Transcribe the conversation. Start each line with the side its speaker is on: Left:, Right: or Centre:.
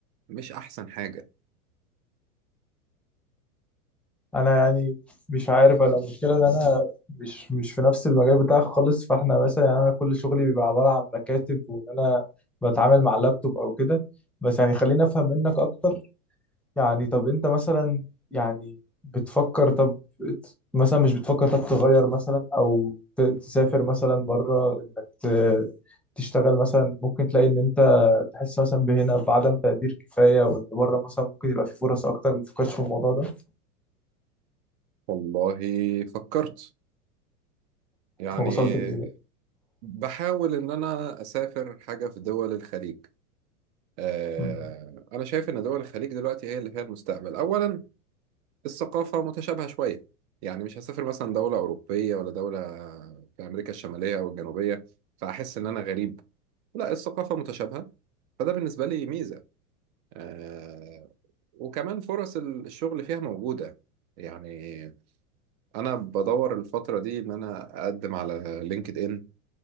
Right: مش احسن حاجه
Centre: انا يعني مش عارف انا المشكلة ان انا مش مش في نفس المجال بتاعك خالص فاحنا مثلا يعني انا كل شغلي بيبقى عبارة عن مكاتب وان انا بتعامل مع اللابتوب او كده بس يعني خليني افهم منك اكتر يعني طب انت مثلا يعني بتفكر طب مثلا مش بتفكر طب تغير مثلا او ت- تسافر مثلا بره انك ت- تشتغل مثلا ممكن تلاقي ان انت تحس مثلا بهنا بعدم تقدير كفاية وان بره مثلا ممكن يبقى في فرص اكتر ما تفكرش في الموضوع ده
Right: والله فكرت يعني
Centre: هو وصلت لايه بقى
Right: بحاول ان انا اسافر حاجه في دول الخليج آه،
Centre: مم.
Right: انا شايف ان دول الخليج دلوقتي هي اللي فيها المستقبل اولا الثقافة متشابهة شوية يعني مش هسافر مثلا دولة أوروبية ولا دولة في أمريكا الشمالية أو الجنوبية فأحس إن أنا غريب لا الثقافة متشابهة فده بالنسبة لي ميزة آه وكمان فرص الشغل فيها موجودة يعني أنا بدور الفترة دي إن أنا أقدم على لينكد إن